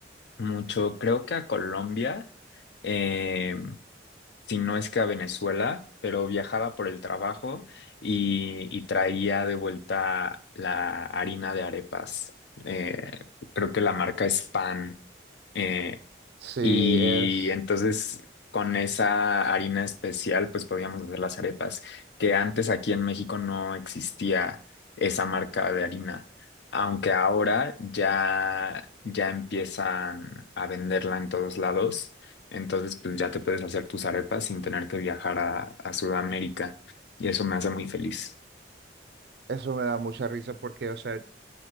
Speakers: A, on the left; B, on the right.
A: mucho, creo que a Colombia. eh, si no es que a Venezuela, pero viajaba por el trabajo y, y traía de vuelta la harina de arepas. Eh, creo que la marca es Pan. eh,
B: Sí,
A: y
B: es,
A: entonces con esa harina especial pues podíamos hacer las arepas, que antes aquí en México no existía esa marca de harina, aunque ahora ya ya empiezan a venderla en todos lados, entonces pues ya te puedes hacer tus arepas sin tener que viajar a, a Sudamérica y eso me hace muy feliz.
B: eso me da mucha risa porque, o sea,